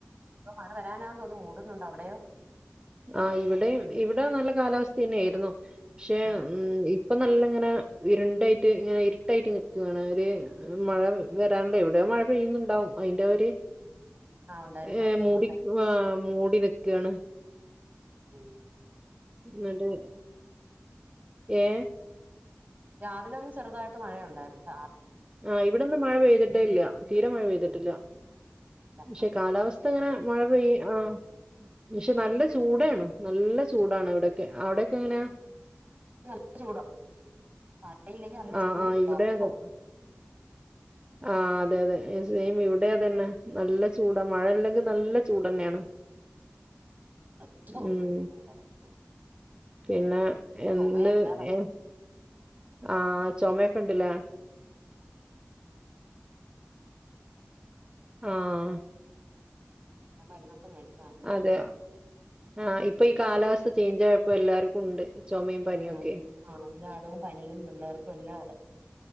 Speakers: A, on the right (about 40°); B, on the right (about 20°).
A: ഇപ്പം മഴ വരാനാന്ന് തോന്നുന്നു, മൂടുന്നുണ്ട് അവിടെയോ?
B: ആഹ് ഇവിടെയും, ഇവിടെ നല്ല കാലാവസ്ഥ തന്നേരുന്നു, പക്ഷെ
A: ആഹ്
B: ഉം ഇ പ്പൊ നല്ലങ്ങനെ ഇരുണ്ടായിട്ട് ഇങ്ങനെ ഇരുട്ടായിട്ട് നിക്കാണ് ഒര് മഴ വരാണ്ടെ, എവിടെയോ മഴ പെയ്യുന്നുണ്ടാവും അയിന്റെ ഒര്
A: ആഹ് ഉണ്ടായിരിക്കും
B: ഏഹ്
A: അതുകൊണ്ട്
B: മൂടി ആഹ് മൂടി നിക്കാണ്
A: ഉം <inaudible>
B: എന്നിട്ട് ഏ
A: രാവിലെ ഒന്ന് ചെറുതായിട്ട് മഴ ഉണ്ടായിരുന്നു, ചാ
B: ആഹ് ഇവിടൊന്നും മഴ പെയ്തിട്ടേയില്ല, തീരെ മഴപെയ്തിട്ടില്ല,
A: ഉം നല്ല
B: പക്ഷെ കാലാവസ്ഥ ത്ത്ങ്ങനെ മഴ പെയ്യ്‌ ആഹ് പക്ഷെ നല്ല ചൂടാണ്, നല്ല ചൂടാണ് ഇവിടൊക്കെ. അവിടൊക്കെ എങ്ങനാ?
A: നല്ല ചൂടാ. മഴയില്ലെങ്കിൽ നല്ല
B: ആഹ്
A: ചൂടാ
B: ആഹ് ഇവിടെ
A: <inaudible>
B: അതെ ആഹ് അതെ അതെ സെയിം ഇവിടെം അതന്നെ, നല്ല ചൂടാ, മഴയില്ലെങ്കിൽ നല്ല ചൂടന്നെയാണ്.
A: <unintelligible>
B: ഉം പിന്നെ എന്ത്
A: ചുമയാ
B: ഏഹ് ആഹ് ചൊമയൊക്കെണ്ട്ല്ലേ ആഹ്
A: <inaudible> ഞാൻ മരുന്നൊക്കെമേടിച്ച്
B: അതെ ആഹ് ഇപ്പൊ ഈ കാലാവസ്ഥ ചേഞ്ച് ആയപ്പോ എല്ലാർക്കുണ്ട് ചുമയും പനിയും
A: <inaudible>
B: ഒക്കെ
A: ആഹ് എല്ലാടവും പനിയും പിള്ളേർക്കും എല്ലാം അതെ